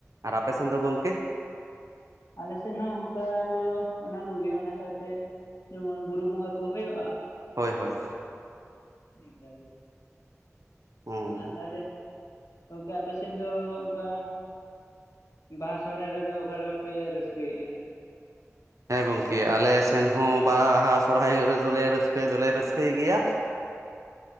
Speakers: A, on the right (about 80°); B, on the left (about 80°).
A: ᱟᱨ ᱟᱯᱮ ᱥᱮᱱ ᱫᱚ ᱜᱚᱝᱠᱮ?
B: ᱟᱞᱮ ᱥᱮᱱ ᱦᱚᱸ ᱚᱝᱠᱟ ᱫᱚ ᱚᱱᱟ ᱠᱚᱜᱮ ᱚᱱᱟ ᱥᱟᱶᱛᱮ ᱡᱮᱢᱚᱱ ᱵᱩᱨᱩ ᱵᱚᱸᱜᱟ ᱠᱚ ᱦᱳᱭᱳᱜ-ᱟ ᱾
A: ᱦᱳᱭ ᱦᱳᱭ,
B: ᱤᱠᱟᱞ,
A: ᱦᱩᱸ
B: ᱟᱨ ᱛᱟᱦᱞᱮ ᱜᱚᱝᱠᱮ ᱟᱯᱮ ᱥᱮᱱ ᱫᱚ ᱚᱱᱠᱟ ᱾ ᱵᱟᱦᱟ ᱥᱚᱦᱨᱦᱟᱭ ᱨᱮᱫᱚ ᱚᱠᱟ ᱞᱮᱠᱟ ᱯᱮ ᱨᱟᱹᱥᱠᱟᱹᱭᱮᱜ-ᱟ?
A: ᱦᱮᱸ ᱜᱚᱝᱠᱮ ᱟᱞᱮ ᱥᱮᱱ ᱦᱚᱸ ᱵᱟᱦᱟ ᱥᱚᱨᱦᱟᱭ ᱨᱮᱫᱚᱞᱮ ᱨᱟᱹᱥᱠᱟᱹᱭ ᱫᱚᱞᱮ ᱨᱟᱹᱥᱠᱟᱹᱭ ᱜᱮᱭᱟ᱾
B: <inaudible>